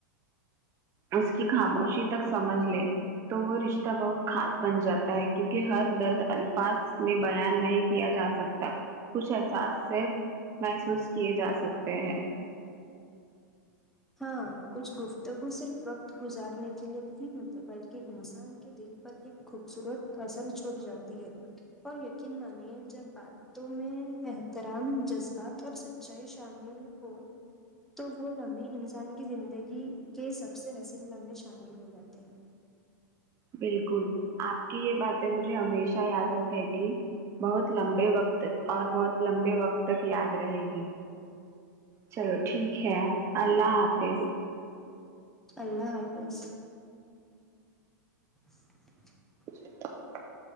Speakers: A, on the right (about 25°); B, in the centre.
A: اس کی خاموشی تک سمجھ لے تو وہ رشتہ بہت خاص بن جاتا ہے کیونکہ ہر درد الفاظ میں بیان نہیں کیا جاسکتا سکتا کچھ احساس صرف محسوس کیے جا سکتے ہیں
B: ہاں کچھ گفتگو صرف وقت گزارنے کے لیے نہیں ہوتے بلکہ انسان کے دل پر ایک خوبصورت اثر چھوڑ جاتی ہے اور یقین مانیے جب بات تو میں احترام جذبات اور سچائی شامل ہو تو وہ لمحے انسان کی زندگی کے سب سے حسین لمحے شامل ہو جاتے ہیں
A: بالکل آپ کی یہ باتیں مجھے ہمیشہ یاد رکھتی ہےگی بہت لمبے وقت اور بہت لمبے وقت تک یاد رہے گی چلو ٹھیک ہے اللہ حافظ
B: اللہ حافظ <inaudible>
A: <inaudible>